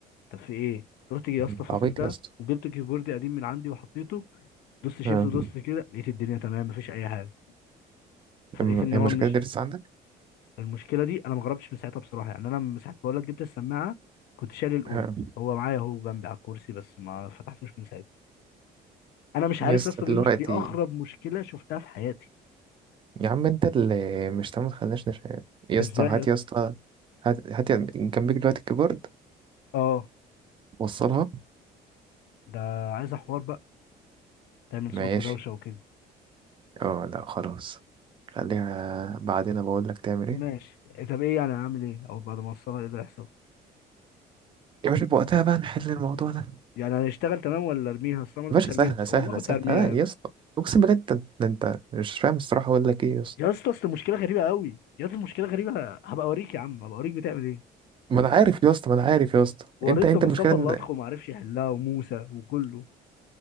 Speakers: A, on the left; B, on the right.
A: طب في ايه رحت جي يا
B: طب
A: اسطى
B: انت
A: فاصل
B: عبيط
A: ده
B: يا اسطى
A: وجبت كيبوردي قديم من عندي وحطيته دوست شيفت
B: اه
A: ودوست كده لقيت الدنيا تمام مفيش اي حاجه فلقيت
B: أم-
A: ان
B: هي
A: هو
B: المشكله
A: مش
B: دي لسه عندك
A: المشكله دي انا ما جربتش من ساعتها بصراحه يعني انا من ساعه ما بقول لك جبت السماعه كنت شايل الاولى
B: اه
A: هو معايا اهو جنبي على الكرسي بس ما فتحتوش من ساعتها انا مش
B: يا
A: عارف
B: اسطى
A: يا اسطى
B: دلوقتي
A: دي مش دي اغرب مشكله شفتها في حياتي
B: يا عم انت اللي مش تمام تخليناش نش... يا
A: ازاي
B: اسطى هات
A: يا اسطى
B: يا اسطى هات هات يا- جنبك دلوقتي الكيبورد
A: اه
B: وصلها
A: ده عايز حوار بقى تعمل
B: ماشي
A: صوت ودوشه وكده
B: اه لا خلاص خليها بعدين بقول لك تعمل
A: ماشي
B: ايه
A: طب ايه يعني هعمل ايه او بعد ما اوصلها ايه اللي هيحصل
B: يا باشا بوقتها بقى نحل الموضوع ده يا
A: يعني هنشتغل تمام ولا ارميها اصل أنا ما رضيتش
B: باشا
A: ارميها
B: سهله
A: بس
B: سهله
A: والله كنت
B: سهله
A: هرميها
B: لا يا
A: يا ابني.
B: اسطى اقسم بالله انت ده انت مش فاهم الصراحه اقول لك ايه يا اسطى
A: يا اسطى اصل المشكله غريبه قوي يا اسطى المشكله غريبه هبقى اوريك يا عم هبقى اوريك بتعمل ايه
B: ما انا عارف يا اسطى ما انا عارف يا اسطى
A: وريت
B: انت انت
A: لمصطفى
B: المشكله ان
A: الله ادخل ما عرفش يحلها وموسى وكله